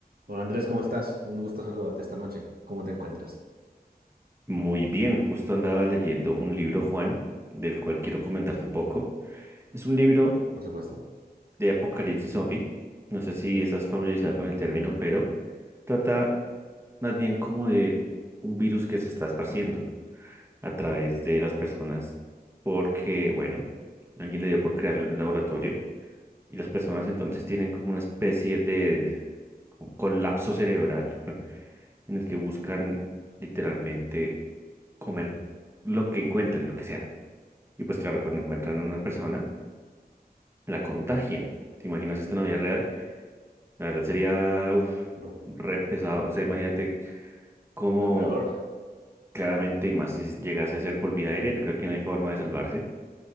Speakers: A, on the right; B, on the right.
A: Hola Andrés, ¿cómo estás? Un gusto saludarte esta noche. ¿Cómo te encuentras?
B: Muy bien, justo andaba leyendo un libro, Juan, del cual quiero comentarte un poco. Es un libro
A: Por supuesto.
B: de apocalipsis zombie. No sé si estás familiarizado con el término, pero trata más bien como de un virus que se está esparciendo a través de las personas porque, bueno, alguien le dio por crearlo en un laboratorio y las personas entonces tienen como una especie de colapso cerebral <laughs> en el que buscan literalmente comer lo que encuentren, lo que sea. Y pues claro, cuando encuentran a una persona, la contagian. ¿Te imaginas esto en la vida real? La verdad sería, uff,
A: Uf,
B: re pesado. O sea, imagínate cómo
A: Lo peor.
B: claramente, y más si llegase a ser por vía aérea, yo creo que no hay forma de salvarse.